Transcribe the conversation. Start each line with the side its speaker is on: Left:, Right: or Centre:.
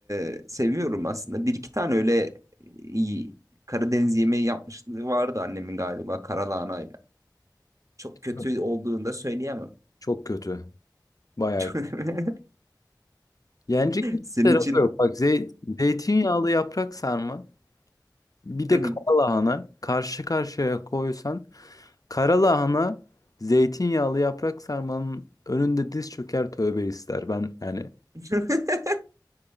Right: e, seviyorum aslında. Bir iki tane öyle iyi Karadeniz yemeği yapmışlığı vardı annemin galiba karalahanayla. Çok kötü
Left: yok.
Right: olduğunu da söyleyemem.
Left: Çok kötü. Bayağı
Right: <laughs>
Left: kötü. Yenecek hiçbir
Right: Senin
Left: tarafı
Right: için
Left: yok. Bak zey- zeytinyağlı yaprak sarma bir
Right: <laughs>
Left: de
Right: Hı hı.
Left: karalahana karşı karşıya koysan Karalahana zeytinyağlı yaprak sarmanın önünde diz çöker tövbe ister. Ben yani
Right: <laughs>